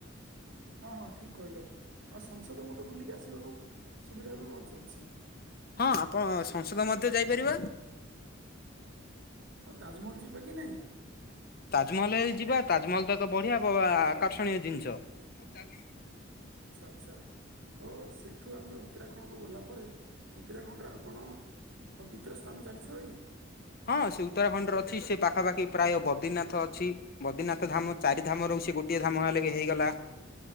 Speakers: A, on the right (about 70°); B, on the left (about 50°).
A: ହଁ ହଁ ଠିକ କହିଲ। ଆଉ ସଂସଦ ମତେ ବୁଲିକି ଆସିବାକୁ ସୁବିଧା ବି ଅଛି।
B: ହଁ ଆପଣ ସଂସଦ ମଧ୍ୟ ଯାଇପାରିବା।
A: ଆଉ ତାଜମହଲ ଯିବା କି ନାହିଁ?
B: ତାଜମହଲ ହେଇ ଯିବା। ତାଜମହଲତ ଏକ ବଢିଆ ଆକର୍ଷଣୀୟ ଜିନିଷ। ଚାଲିକି
A: ଆଚ୍ଛା ଆଚ୍ଛା, ତ ସେ ଏଠୁ ଆମେ ଉତ୍ତରାଖଣ୍ଡକୁ ଗଲା ପରେ, ଉତ୍ତରାଖଣ୍ଡର ଆଉ କଣ ପବିତ୍ର ସ୍ଥାନ ଜାଣିଛ କି?
B: ହଁ ସେ ଉତ୍ତରାଖଣ୍ଡରେ ଅଛି। ସେ ପାଖାପାଖି ପ୍ରାୟ ବଦ୍ରିନାଥ ଅଛି। ବଦିନାଥ ଧାମ ଚାରି ଧାମ ରହୁଛି ଗୋଟିଏ ଧାମ ହେଲେି ହେଇଗଲା।